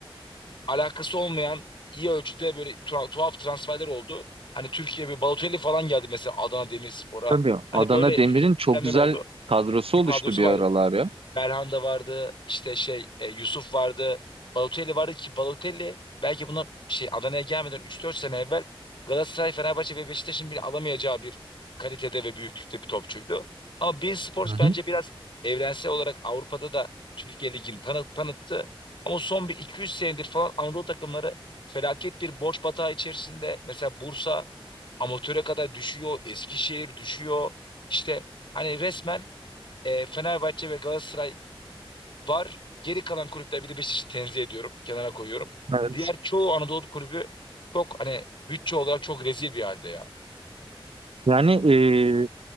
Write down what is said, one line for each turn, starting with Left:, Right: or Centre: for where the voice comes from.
Left: alakası olmayan iyi ölçüde böyle tu- tuhaf transferler oldu. Hani Türkiye bir Balotelli falan geldi mesela Adana Demirspor'a.
Right: tabii
Left: Hani
Right: Adana
Left: böyle
Right: Demir'in
Left: şey,
Right: çok
Left: hemen
Right: güzel
Left: oldu.
Right: kadrosu
Left: Bir
Right: oluştu
Left: kadrosu
Right: bir
Left: vardı.
Right: aralar ya.
Left: Belhanda vardı, işte şey e, Yusuf vardı, Balotelli vardı ki Balotelli belki bundan şey Adana'ya gelmeden üç dört sene evvel Galatasaray, Fenerbahçe ve Beşiktaş'ın bile alamayacağı bir kalitede ve büyüklükte bir topçuydu. Ama beIN Sports
Right: Hı hı.
Left: bence biraz evrensel olarak Avrupa'da da Türkiye Ligi'ni tanı tanıttı. Ama son bir 200 senedir falan Anadolu takımları felaket bir borç batağı içerisinde. Mesela Bursa amatöre kadar düşüyor, Eskişehir düşüyor. İşte hani resmen e, Fenerbahçe ve Galatasaray var. Geri kalan kulüpler bir de Beşiktaş'ı tenzih ediyorum. Kenara koyuyorum.
Right: Evet.
Left: Diğer çoğu Anadolu kulübü çok hani bütçe olarak çok rezil bir halde ya.
Right: Yani e,